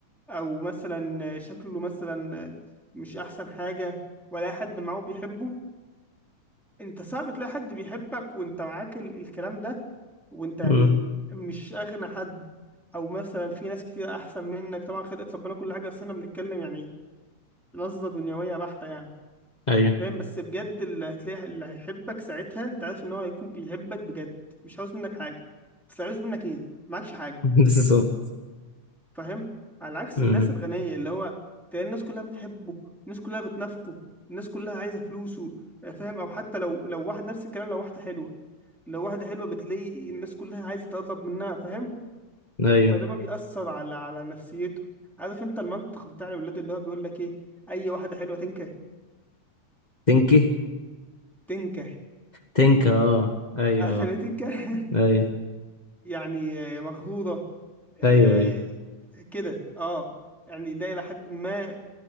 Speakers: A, in the centre; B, on the left (about 25°).
A: او مثلا آه، شكله مثلا آه، مش احسن حاجه ولا حد معاه بيحبه انت صعب تلاقي حد بيحبك وانت معاك ال- الكلام ده وانت يعني
B: امم
A: مش اغنى حد او مثلا في ناس كتير احسن منك طبعا خلقت ربنا كل حاجه بس احنا بنتكلم يعني نظره دنيويه بحته يعني
B: ايوه
A: فاهم بس بجد اللي هتلاقي اللي هيحبك ساعتها انت عارف ان هو هيكون بيحبك بجد مش عاوز منك حاجه بس عاوز منك ايه معكش حاجه
B: <laughs> بالظبط
A: فاهم على عكس
B: امم
A: الناس الغنيه اللي هو تلاقي الناس كلها بتحبه الناس كلها بتنافقه الناس كلها عايزه فلوسه آه، فاهم او حتى لو لو واحد نفس الكلام لو واحده حلوه لو واحده حلوه بتلاقي الناس كلها عايزه تقرب منها فاهم
B: ايوه
A: فده بقى بيأثر على على نفسيته عارف انت المنطق بتاع الولاد اللي هو بيقول لك ايه اي واحده حلوه تنكح
B: تنكي
A: تنكح
B: تنكا اه ايوه
A: <laughs> عشان
B: آه.
A: تنكح
B: ايوه
A: يعني آه، مخضوضة آه،
B: ايوه ايوه
A: كده اه يعني ده إلى حد ما